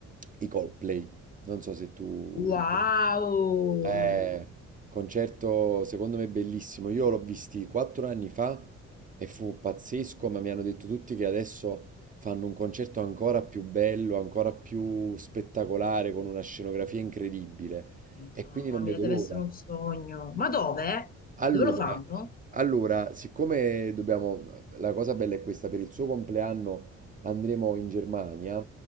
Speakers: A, on the right; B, on the left.
A: i Coldplay. Non so se tu
B: Wow!
A: li conosci. Eh, concerto secondo me bellissimo. Io l'ho visti quattro anni fa e fu pazzesco, ma mi hanno detto tutti che adesso fanno un concerto ancora più bello, ancora più spettacolare, con una scenografia incredibile.
B: Mamma
A: E quindi non vedo
B: mia, deve
A: l'ora.
B: essere un sogno. Ma dove?
A: Allora,
B: Dove lo fanno?
A: allora, siccome dobbiamo, la cosa bella è questa, per il suo compleanno andremo in Germania,